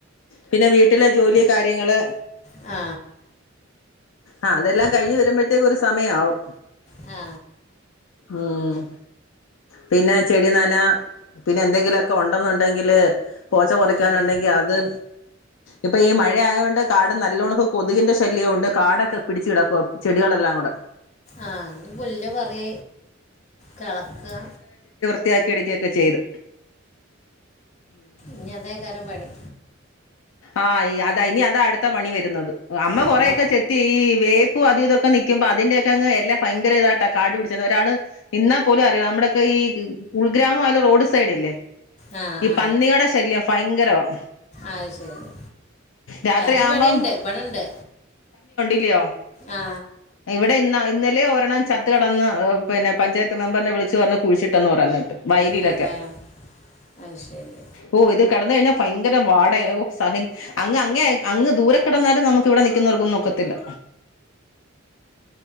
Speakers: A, on the left (about 65°); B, on the left (about 35°).
A: പിന്നെ വീട്ടിലെ ജോലി കാര്യങ്ങള്
B: ആ
A: ആ അതെല്ലാം
B: അതെ
A: കഴിഞ്ഞ് വരുമ്പഴ്‌ത്തേക്കു ഒരു സ് സമയാവും
B: ആ
A: ഉം പിന്നെ ചെടി നനാ പിന്നെ എന്തെങ്കിലും ഒക്കെ ഒണ്ടെന്നുണ്ടെങ്കില് പോച്ച പറിക്കാനുണ്ടെങ്കിൽ
B: ഉം.
A: അത് ഇപ്പൊ ഈ മഴ ആയത് കൊണ്ട് കാട് നല്ലോണം കൊതുകിന്റെ ശല്യം ഉണ്ട് കാടൊക്കെ പിടിച്ച് കിടക്കുവാ ചെടികളെല്ലാം കൂടെ
B: ആ ഞ്ഞ് പുല്ല് പറി കളക്കാ
A: ത്തിയാക്കി എട്ക്കേക്കെ ചെയ്ത്
B: ഇനി അതേക്കാരം പണി
A: ആഹ് അതാ ഇനി അതാ അടുത്ത പണി വരുന്നത് അമ്മ കൊറേ
B: അതെ
A: യൊക്കെ ചെത്തീ ഈ വേപ്പും അതൂ ഇതൊക്കെ നി ക്കുമ്പോ അതിന്റെ ഒക്കെ അങ്ങ് എല്ലം ഭയങ്കര ഇതായിട്ടാ കാടു പിടിച്ച ഒരാള് നിന്നാൽ പോലും അറിയാൻ നമ്മുടെ ഒക്കെ ഈ ഉൾഗ്രാമ ആയാലും റോഡ് സൈഡില്ലേ
B: ആ
A: ഈ
B: ആ
A: പന്നികടെ ശല്യം ഭയങ്കരവാ
B: അഹ്ശരി
A: രാത്രിയാവുമ്പം
B: അത് ബടിം ണ്ട് ബടണ്ട്
A: ല്ലിയോ
B: ആ
A: ഇവിടെ ഇന്നാ ഇന്നലേം ഒരെണ്ണം ച ത്ത് കെടന്ന് പിന്നെ പഞ്ചായത്ത് മെമ്പറിനെ വിളിച്ച് പറഞ്ഞ് കുഴിച്ചിട്ടെന്ന് പറയണ കേട്ട് വയലിയിലൊക്കെ
B: അതെ അഹ് ശരി
A: ഓ ഇത് കിടന്ന് കഴിഞ്ഞാ ഭയങ്കര വാടയാ സഹിൻ അങ്ങ് അങ് അങ്ങ് ദൂരെ കിടന്നാലും നമുക്ക് ഇവിടെ നിക്കുന്നവർക്കൊന്നും ഒക്കത്തില്ല